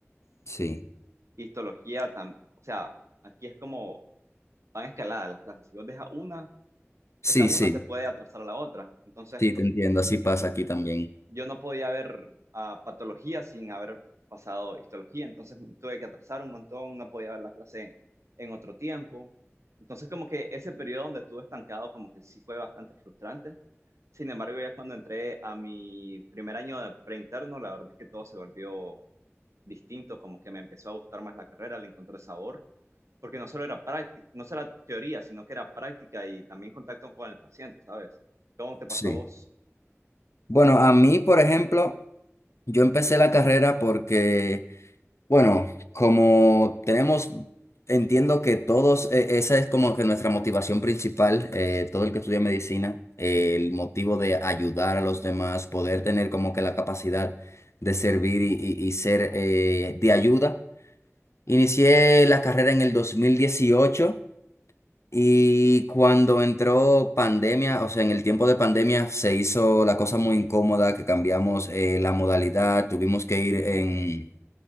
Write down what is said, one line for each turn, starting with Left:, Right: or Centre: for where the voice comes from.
Left: Sí,
Right: Histología, tam- o sea, aquí es como van escaladas las clases. Si vos dejas una,
Left: sí,
Right: esa una
Left: sí,
Right: te puede atrasar a la otra. Entonces,
Left: sí, te entiendo, así pasa aquí también.
Right: yo no podía ver a patología sin haber pasado histología, entonces tuve que atrasar un montón, no podía ver la clase en otro tiempo. Entonces como que ese periodo donde estuve estancado como que sí fue bastante frustrante. Sin embargo, ya cuando entré a mi primer año de preinterno, la verdad es que todo se volvió distinto, como que me empezó a gustar más la carrera, le encontré sabor, porque no solo era práctica, no solo era teoría, sino que era práctica y también contacto con el paciente, ¿sabes? ¿Cómo te pasó
Left: Sí.
Right: a vos?
Left: Bueno, a mí, por ejemplo, yo empecé la carrera porque... Bueno, como tenemos, entiendo que todos, eh, esa es como que nuestra motivación principal, eh, todo el que estudia medicina, eh, el motivo de ayudar a los demás, poder tener como que la capacidad de servir y, y- y ser eh, de ayuda. Inicié la carrera en el 2018 y cuando entró pandemia, o sea, en el tiempo de pandemia se hizo la cosa muy incómoda, que cambiamos eh, la modalidad, tuvimos que ir en...